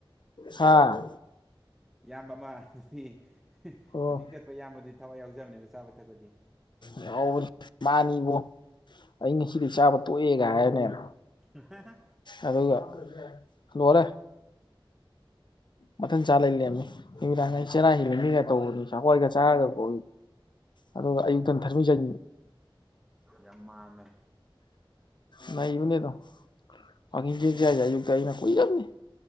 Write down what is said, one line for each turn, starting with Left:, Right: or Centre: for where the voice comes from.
Left: ꯍꯥꯥ
Centre: ꯏꯌꯥꯝꯕ ꯑꯃ ꯑꯗꯨꯗꯤ
Left: ꯑꯣ
Centre: ꯀꯣꯆꯤꯡ ꯆꯠꯄ ꯏꯌꯥꯝꯕꯗꯤ ꯊꯋꯥꯏ ꯌꯥꯎꯖꯕꯅꯦꯕ ꯆꯥꯕ ꯊꯛꯄꯗꯤ
Left: ꯌꯥꯎꯕꯅꯤ ꯃꯥꯅꯤꯕꯨꯣ ꯑꯩ ꯉꯁꯤꯗꯤ ꯆꯥꯕ ꯇꯣꯛꯑꯦꯒ ꯍꯥꯏꯔꯅꯦꯕ
Centre: ꯑꯍꯥꯕꯥ
Left: ꯑꯗꯨꯒ ꯂꯣꯏꯔꯦ ꯃꯊꯟ ꯆꯥ ꯂꯩ ꯂꯩꯦꯝꯃꯤ ꯅꯨꯃꯤꯗꯥꯡ ꯆꯦꯔꯥ
Centre: ꯃꯥ
Left: ꯍꯕ ꯃꯤꯒ ꯇꯧꯕꯅꯤ ꯆꯈꯣꯏꯒ ꯆꯥꯔꯒ ꯀ ꯑꯗꯨꯒ ꯑꯌꯨꯛꯇꯪ ꯊꯔꯃꯤꯖꯅꯤ
Centre: ꯌꯥꯝ ꯃꯥꯡꯃꯦ
Left: ꯅꯕꯨꯅꯦꯗ ꯃꯥ ꯍꯥꯏꯖꯏ ꯌ ꯇꯏꯅ ꯀꯣꯏ ꯌꯥꯕꯅꯤ